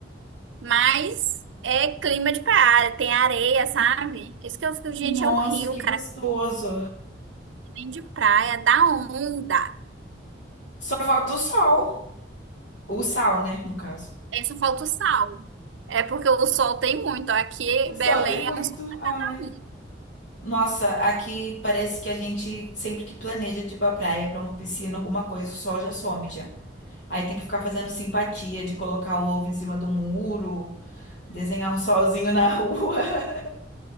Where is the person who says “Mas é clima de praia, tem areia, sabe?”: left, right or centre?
Right